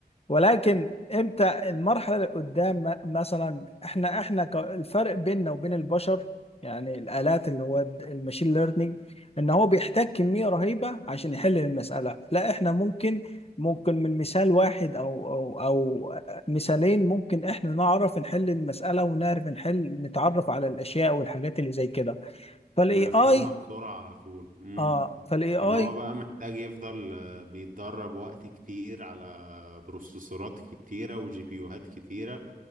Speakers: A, on the left; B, on the right.
A: ولكن امتى المرحله اللي قدام م- مثلا احنا احنا ك- الفرق بيننا وبين البشر يعني الالات اللي هو الد- الماشين ليرنينج ان هو بيحتاج كميه رهيبه عشان يحل المساله لا احنا ممكن ممكن من مثال واحد او او او مثالين ممكن احنا نعرف نحل المساله ونعرف نحل نتعرف على الاشياء والحاجات اللي زي كده فالاي
B: ونفهمها
A: اي
B: بسرعة على طول امم
A: اه فالاي
B: لكن
A: اي
B: هو بقى محتاج يفضل آه، بيتدرب وقت كتير على بروسيسورات كتيرة وجي بيوهات كتيرة